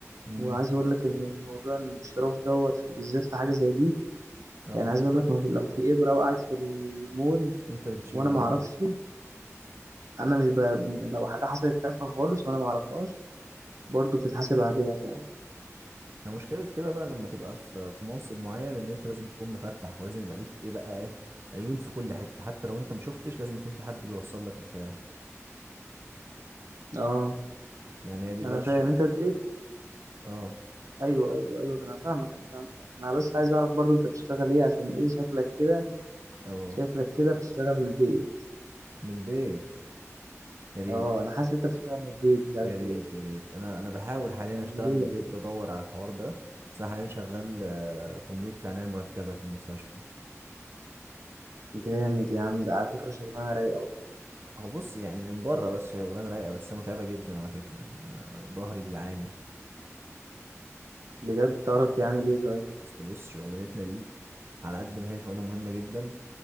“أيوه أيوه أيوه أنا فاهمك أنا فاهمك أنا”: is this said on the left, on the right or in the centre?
Right